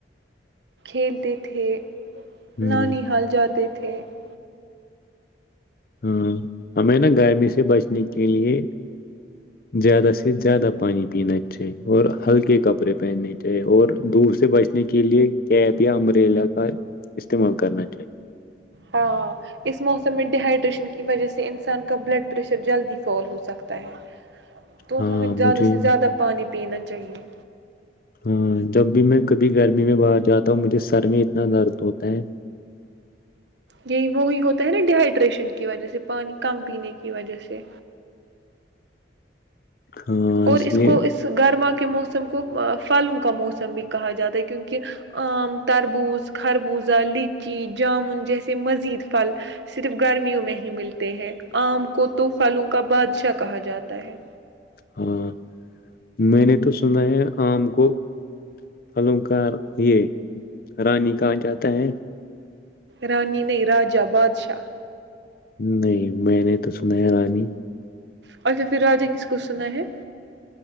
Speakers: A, on the right; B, on the left.
A: کھیلتے تھے
B: ہ
A: نانی حال جاتے تھے ت <inaudible>
B: ہاں ہمیں نا گرمی سے بچنے کے لیے زیادہ سے زیادہ پانی پینا چاہیے اور ہلکے کپڑے پہننے چاہیے اور دور سے بچنے کے لیے کیب یا امبریلا کا استعمال کرنا چاہیے
A: ہاں اس موسم میں ڈ ہائیڈریشن کی وجہ سے انسان کا بلڈ پریشر جلدی فال ہو سکتا ہے تو
B: ہاں
A: ہمیں زیادہ
B: مجھے
A: سے زیادہ پانی پینا چاہیے
B: ہاں جب بھی میں کبھی گرمی میں باہر جاتا ہوں مجھے سر میں اتنا درد ہوتا ہے
A: یہی وہی ہوتا ہے نا ڈیہائیڈریشن کی وجہ سے پانی کم پینے کی وجہ سے
B: ہاں
A: اور اس
B: لیے
A: کو اس گارما کے کے موسم کو فھلوں کا موسم بھی کہا جاتا ہے کیونکہ آم تربوز خربوزہ لچی جامن جیسے مزید پھل صرف گرمیوں میں ہی ملتے ہیں آم کو تو پلوں کا بادشاہ کہا جاتا ہے
B: ہاں میں نے تو سنا ہے آم کو پھلوں کا یہ رانی کہا جاتا ہے
A: رانی نہیں راجا بادشاہ
B: نہیں میں نے تو سنا ہے رانی
A: اچھا پھر راجا کس کو سنا ہے